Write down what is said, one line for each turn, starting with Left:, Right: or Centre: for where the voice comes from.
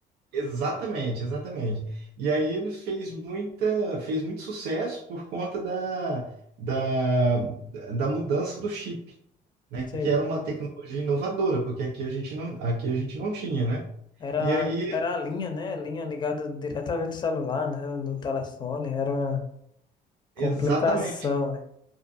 Right: Exatamente, exatamente. E aí ele fez muita, fez muito sucesso por conta da, da, da mudança do chip, né? Que
Left: Sei.
Right: era uma tecnologia inovadora, porque aqui a gente não, aqui a gente não tinha, né?
Left: Era,
Right: E aí,
Left: a- era a linha, né? Linha ligada diretamente ao celular, né? No telefone, era uma complicação.
Right: exatamente
Left: né?